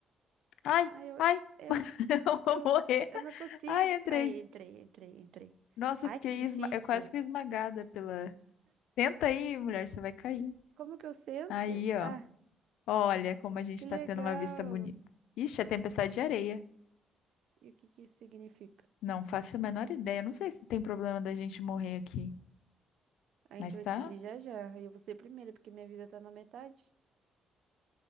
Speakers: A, on the left (about 85°); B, on the right (about 75°).
A: Ai,
B: Ai, eu,
A: ai,
B: eu,
A: <laughs> eu vou
B: eu,
A: morrer.
B: eu não consigo.
A: Ai, entrei.
B: Aí, entrei, entrei, entrei.
A: Nossa,
B: Ai,
A: eu fiquei
B: que difícil.
A: esma... eu quase fui esmagada pela. Tenta aí, mulher, você vai cair.
B: Como que eu sento?
A: Aí, ó.
B: Ah,
A: Olha como a gente
B: que
A: tá
B: legal.
A: tendo uma vista bonita. Ixi, é tempestade de areia.
B: E o que que isso significa?
A: Não faço a menor ideia. Não sei se tem problema da gente morrer aqui,
B: A
A: mas
B: gente vai
A: tá.
B: descobrir já já. E eu vou ser a primeira, porque minha vida tá na metade.